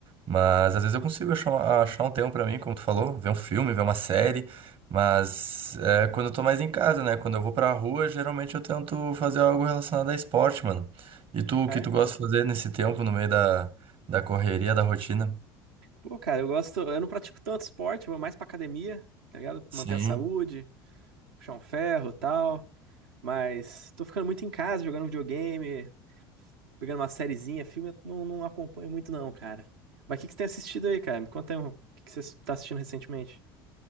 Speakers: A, on the right (about 50°); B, on the right (about 80°).
A: Mas às vezes eu consigo achar, achar um tempo pra mim, como tu falou, ver um filme, ver uma série. Mas é, quando eu tô mais em casa, né? Quando eu vou pra rua, geralmente eu tento fazer algo relacionado a esporte, mano. E tu, o
B: Ah,
A: que
B: É?
A: tu gosta de fazer nesse tempo, no meio da, da correria, da rotina?
B: Pô, cara, eu gosto, eu não pratico tanto esporte, eu vou mais pra academia, tá ligado?
A: Sim.
B: Manter a saúde, puxar um ferro e tal. Mas tô ficando muito em casa, jogando videogame, pegando uma sériezinha, filme, eu não, não acompanho muito não, cara. Mas o que que você tem assistido aí, cara? Me conta aí, um, o que que você tá assistindo recentemente?